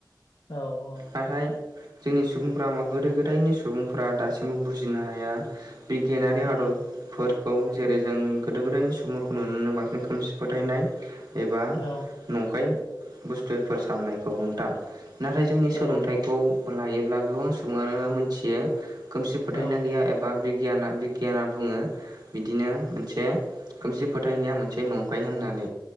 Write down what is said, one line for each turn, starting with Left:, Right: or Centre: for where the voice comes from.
Left: औ औ।
Right: नाथाय जोंनि सुबुंफ्रा गोदो गोदायनि सुबुंफ्रा दासिमबो बुजिनो हाया बिगियानारि
Left: उम
Right: आदबफोरखौ जेरै जों गोदो गोदायनि सुबुं नुनो बांसिन खोमसि फोथायनाय एबा
Left: औ
Right: नंखाय बुस्थुफोर साननायखौ नोंथां नाथाय जोंनि
Left: औ
Right: सोलोंथाइखौ लायोब्ला गोबां सुबुङानो मोनथियो खोमसि फोथायनाय
Left: औ
Right: गैया एबा बिगियाना बिगियाना बुङो बिदिनो मोनसे खोमसि फोथायनाया मोनसे नंखाय होननानै।